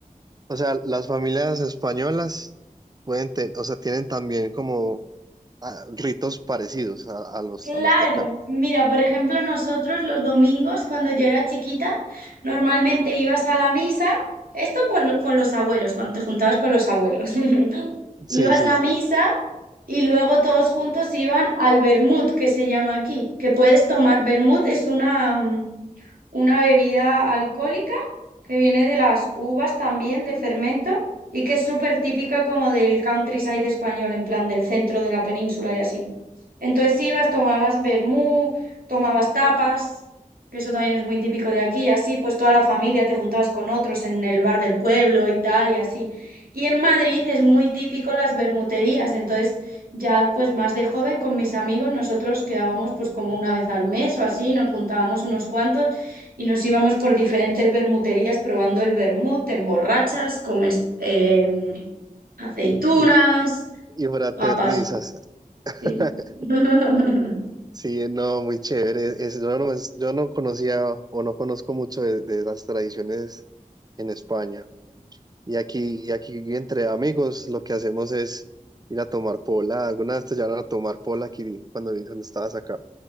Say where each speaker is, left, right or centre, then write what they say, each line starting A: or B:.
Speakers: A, on the right; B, on the right.
A: O sea, las familias españolas pueden, te- o sea, tienen también como ah, ritos parecidos a, a los,
B: Claro,
A: a los de acá.
B: mira, por ejemplo, nosotros los domingos, cuando yo era chiquita, normalmente ibas a la misa, esto con, con los abuelos, cuando te juntabas con los abuelos. <laughs>
A: Sí,
B: Ibas
A: sí,
B: a misa y luego todos juntos iban al vermut, que se llama aquí, que puedes tomar. Vermut es una, mm, una bebida alcohólica que viene de las uvas también, de fermento, y que es súper típica como del countryside español, en plan del centro de la península y así. Entonces ibas, tomabas vermú, tomabas tapas, que eso también es muy típico de aquí, y así pues toda la familia te juntabas con otros en el bar del pueblo y tal, y así. Y en Madrid es muy típico las vermuterías, entonces ya pues más de joven con mis amigos nosotros quedábamos pues como una vez al mes o así, nos juntábamos unos cuantos y nos íbamos por diferentes vermuterías probando el vermut, te emborrachas, comes em, aceitunas,
A: y, y fraternizas.
B: papas,
A: <laughs>
B: sí. <laughs>
A: Sí, no, muy chévere. Es- yo, no, es- yo no conocía o no conozco mucho de, de las tradiciones en España. Y aquí, y aquí entre amigos lo que hacemos es ir a tomar pola. Alguna vez te llevaron a tomar pola aquí cuando dicen estabas acá.